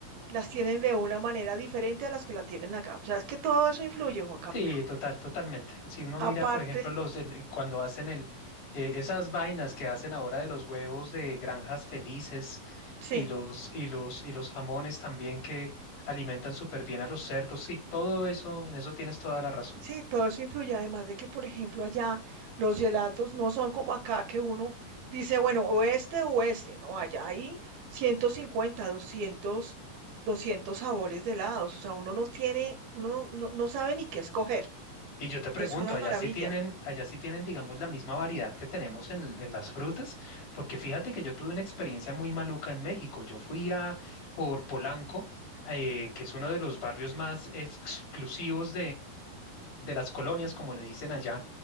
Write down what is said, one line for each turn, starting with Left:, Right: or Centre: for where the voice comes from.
Right: las tienen de una manera diferente a las que la tienen acá. O sea, es que todo eso influye, Juan Camilo.
Left: Sí, total, totalmente. Si uno
Right: Aparte,
Left: mira, por ejemplo, los el- cuando hacen el eh, esas vainas que hacen ahora de los huevos de granjas felices
Right: sí.
Left: y los y los y los jamones también que alimentan súper bien a los cerdos, sí, todo eso, en eso tienes toda la razón.
Right: Sí, todo eso influye, además de que, por ejemplo, allá los gelatos no son como acá, que uno dice, bueno, o este o este. no, allá hay 150, 200, 200 sabores de helados, o sea, uno no tiene, uno no, no no sabe ni qué escoger,
Left: Y yo te pregunto,
Right: es una
Left: allá
Right: maravilla.
Left: sí tienen, allá sí tienen, digamos, la misma variedad que tenemos en, en las frutas, porque fíjate que yo tuve una experiencia muy maluca en México. Yo fui a por Polanco, eh, que es uno de los barrios más exclusivos de las colonias, como le dicen allá,